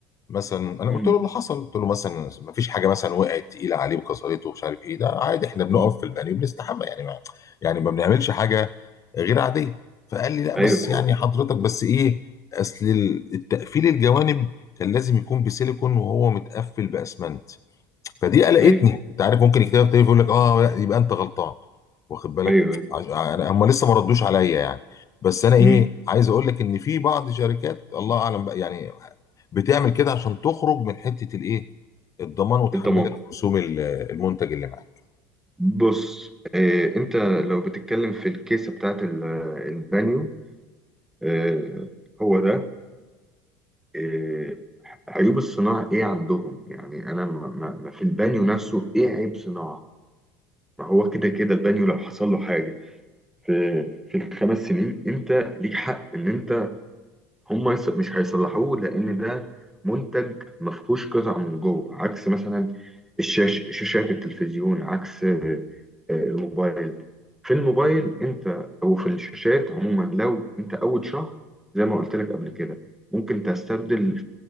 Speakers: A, on the left (about 35°); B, in the centre.
A: مثلا انا
B: مم،
A: قلت له اللي حصل قلت له مثلا ما فيش حاجه مثلا وقعت تقيله عليه وكسرته ومش عارف ايه ده عادي احنا بنقف
B: مم.
A: في البانيو بنستحمى يعني ما يعني ما بنعملش حاجه غير عاديه فقال لي لا
B: ايوه
A: بس
B: بالظبط
A: يعني حضرتك بس ايه اصل التقفيل الجوانب كان لازم يكون بسيليكون وهو متقفل باسمنت فدي قلقتني
B: ايوه
A: انت عارف ممكن الكتاب التاني يقول لك اه لا يبقى انت غلطان واخد بالك
B: ايوه ايوه
A: عش... انا هم لسه ما ردوش عليا يعني بس انا ايه
B: مم.
A: عايز اقول لك ان في بعض شركات الله اعلم بقى يعني بتعمل كده عشان تخرج من حته الايه الضمان وتحملك
B: انت
A: رسوم ال- المنتج اللي معاك
B: بص آه، انت لو بتتكلم في الكيسه بتاعت ال- البانيو آه، هو ده آه، عيوب الصناعه ايه عندهم يعني انا ما ما- ما في البانيو نفسه ايه عيب صناعه ما هو كده كده البانيو لو حصل له حاجه في في الخمس سنين انت ليك حق ان انت هم يص- مش هيصلحوه لان ده منتج ما فيهوش قطع من جوه عكس مثلا الشاش شاشات التلفزيون عكس آه، آه، الموبايل في الموبايل انت او في الشاشات عموما لو انت اول شهر زي ما قلت لك قبل كده ممكن تستبدل